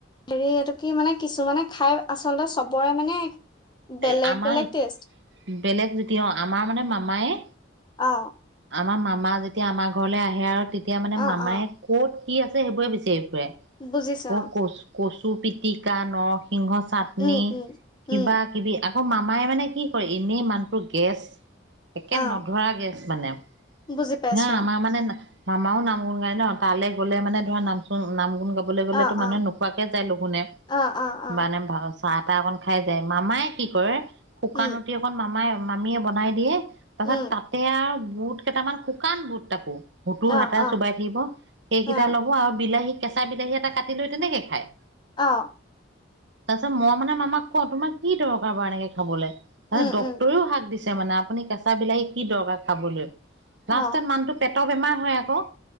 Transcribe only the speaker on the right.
এ আমাৰ
বেলেগ যেতিয়া, অ' আমাৰ মানে মামায়
আমাৰ মামা আমাৰ যেতিয়া, আমাৰ ঘৰলৈ আহে আৰু তেতিয়া মানে
মামায়
ক'ত কি আছে সেইবোৰে বিচাৰিম।
ক
কচ-কচ, তু পিটিকা নখ সিংহ চাটনি
কিবা
কিবি আকৌ মামাই মানে কি কৰে, এনেই মানুহটো গেছ একে
নধৰা গেছ মানে
নাই আমাৰ মানে মামাও নাম গুণ গায় ন তালৈ গ'লে মানে ধৰা নাম চু নাম গুণ গ গলেতো
মানে
নোকোৱাকে যায়। লগুনে
মানে ভাল চাহ তাহ অকন খাই যায় মামাই কি কৰে? শুকান
উটি এখন মামাই মামীয়ে বনাই দিয়ে,। তাৰ
পাছত তাতে আও বুট কেইটামান শুকান বুট তাকো হুতুৰ
হাতা
চোবাই থাকিব, সেইকেইটা
লব আৰু বিলাহী কেঁচা বিলাহী এটা কাটি লৈ তেনেকে খায়।
তাৰপিছত মই মানে মামাক কও তোমাৰ কি দৰকাৰ বাৰু এনেকে খাবলে।
ত ডক্তৰেও
হাক দিছে। মানে আপুনি কেঁচা বিলাহী কি দৰকাৰ খাবলৈ।
লাষ্ট মানুটো পেত ত বেমাৰ হয় আকৌ।